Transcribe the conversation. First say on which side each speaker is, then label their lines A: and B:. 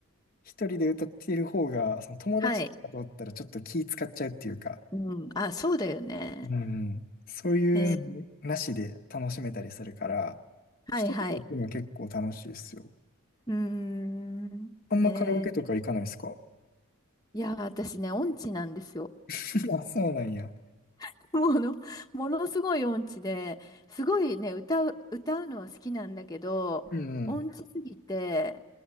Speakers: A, on the left; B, on the left.
A: 一人で歌っている方が、その友達とかとおったらちょっと気使っちゃうっていうか、
B: はい。うん。あ、そうだよね。
A: うん、そういうのなしで楽しめたりするから、
B: えーはいはい。
A: 一人で行くのは結構楽しいですよ。
B: うーん。
A: あんまカラオケとか行かないですか
B: えーいやー、私ね、音痴なんですよ。
A: <laughs> あ、そうなんや。
B: <laughs> もの、ものすごい音痴で、すごいね、歌う、歌うのは好きなんだけど、
A: うんう
B: 音痴すぎて、